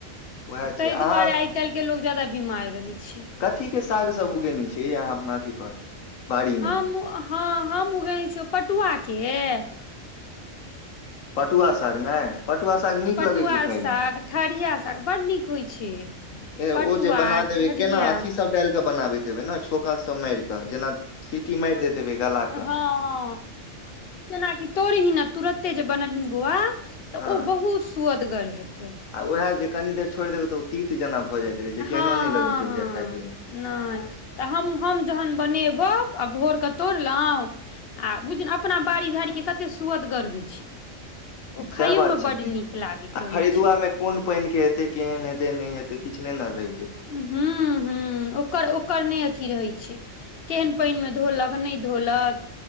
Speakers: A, on the left; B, on the left.
A: उएह
B: तऽ
A: छै
B: ताहि
A: अहाँ
B: दुआरे आइ काल्हिके लोक ज्यादा बीमार रहै छै
A: कथी के साग सब उगे ने छी अहाँ अपना अथी पर बाड़ी मे
B: ह हम उगेने छिय पटुआ के <inaudible>
A: पटुआ साग नहि पटुआ साग नीक
B: पटुआ
A: लगै छै खायमे
B: साग ठरिया साग बड़ नीक होइ छै
A: ए
B: पटुआ
A: ओ जे बना देबै
B: ठरिया
A: केना अथीसब
B: हँ
A: डाल कऽ बनाबैत हेबै ने छौकासब मारि कऽ जेना सीटी मारि दैत हेबै गला
B: हाँ
A: कऽ
B: हाँ जेनाकी तोरी हिना तुरत एते जे बनबही बौआ तऽ
A: हँ
B: ओ बहुत सुअदगर हेते
A: आ उएह जे कनी देर छोड़ि देबै तऽ ओ तीत जेना भऽ जाइत रहै छै
B: हाँ
A: केहनो नहि
B: हाँ
A: लगै छै
B: हाँ
A: बुझाय खाय पियए मे
B: नहि तऽ हम हम जहन बनेबउ आ भोरके तोड़लहुँ आ बुझल अपना बाड़ी झाड़ी के कते सुअदगर होइ छै ओ खाइयो
A: सएह बात
B: मे
A: छै
B: बड नीक लागैत
A: आ
B: रहै
A: खरीदुआमे
B: छै
A: कोन पाइन के हेतै केहन हेतै नहि हेतै किछ नहि न गै
B: ह्म ह्म ओकर ओकर नहि अथी रहैत छै केहन पइन मे धोलक नहि धोलक